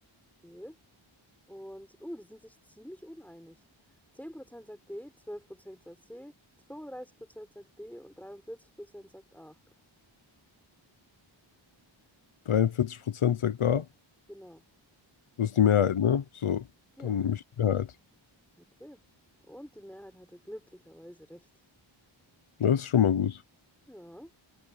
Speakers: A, in the centre; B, on the left.
A: Okay. Und, uh, die sind sich ziemlich uneinig. 10% sagt D, 12% sagt C, 35% sagt B und 43% sagt A.
B: dreiundvierzig Prozent sagt A.
A: Genau.
B: Das ist die Mehrheit, ne? So,
A: Ja,
B: dann nehme ich die Mehrheit.
A: okay. Und die Mehrheit hatte glücklicherweise recht.
B: Ja, Das ist schon mal gut.
A: Ja.